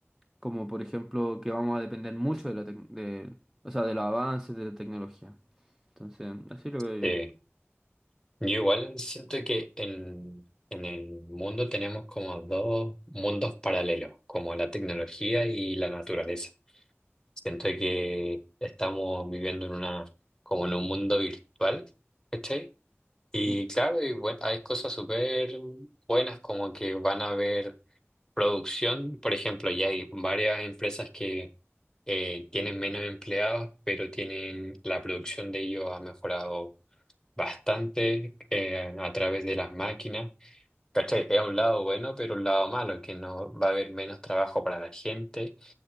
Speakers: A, in the centre; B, on the left.
A: como por ejemplo que vamos a depender mucho de, la tec- de, o sea, de los avances de la tecnología. Entonces, así lo veo
B: sí. Yo igual siento que en, en el mundo tenemos como dos mundos paralelos, como la tecnología y la naturaleza. Siento que estamos viviendo en una, como en un mundo virtual, ¿cachai? Y
A: yo.
B: claro, y buen- hay cosas súper buenas como que van a haber producción, por ejemplo, ya hay varias empresas que eh, tienen menos empleados, pero tienen la producción de ellos ha mejorado bastante eh, a través de las máquinas. ¿Cachai? Es un lado bueno, pero un lado malo, que no va a haber menos trabajo para la gente,